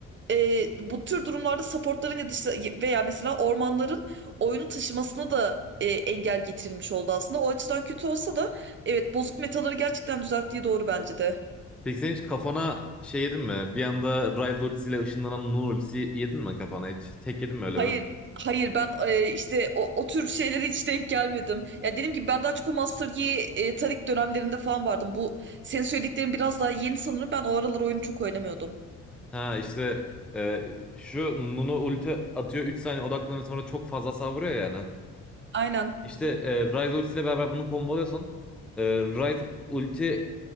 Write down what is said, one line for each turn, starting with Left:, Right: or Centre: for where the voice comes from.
Right: e, bu tür durumlarda supportların ya da işte veya mesela ormanların oyunu taşımasına da e, engel getirilmiş oldu aslında. O açıdan kötü olsa da evet bozuk metaları gerçekten düzelttiği doğru bence de.
Centre: Peki sen hiç kafana şey yedin mi? Bir anda Ryze ultisiyle ışınlanan Nun ultisi yedin mi kafana hiç? Tek yedin mi öyle
Right: Hayır
Centre: bir?
Right: hayır ben e, işte o, o tür şeylere hiç denk gelmedim. Ya dediğim gibi ben daha çok o Master Yi e, Taric dönemlerinde falan vardım. Bu senin söylediklerin biraz daha yeni sanırım. Ben o aralar oyunu çok oynamıyordum.
Centre: Ha işte e, şu Nunu ulti atıyor 3 saniye odaklanıyor sonra çok fazla savuruyor yani.
Right: Aynen.
Centre: İşte e, Ryze ultisiyle beraber bunu komboluyorsun. E, Ryze ulti